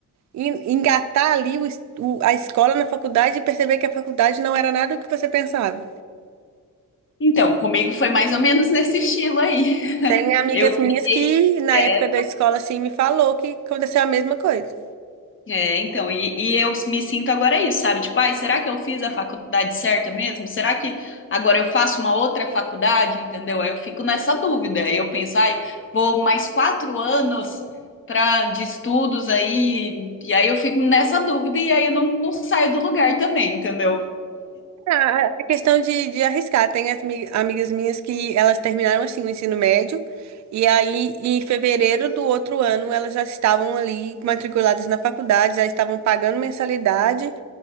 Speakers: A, on the right; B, on the left.
A: en- engatar ali o es- o- a escola na faculdade e perceber que a faculdade não era nada do que você pensava.
B: Então, comigo foi mais ou menos nesse estilo aí. <laughs>
A: Tem amigas
B: Eu peguei
A: minhas que, na
B: É,
A: época da escola, assim, me falou que aconteceu a mesma coisa.
B: é, então, e, e eu me sinto agora isso, sabe? Tipo, ai, será que eu fiz a faculdade certa mesmo? Será que agora eu faço uma outra faculdade, entendeu? Aí eu fico nessa dúvida. Aí eu penso, ai, vou mais quatro anos pra, de estudos aí, e aí eu fico nessa dúvida e aí eu não, não saio do lugar também, entendeu?
A: Ah, É questão de, de arriscar. Tem as mi- amigas minhas que elas terminaram, assim, o ensino médio, e aí, em fevereiro do outro ano, elas já estavam ali matriculadas na faculdade, já estavam pagando mensalidade,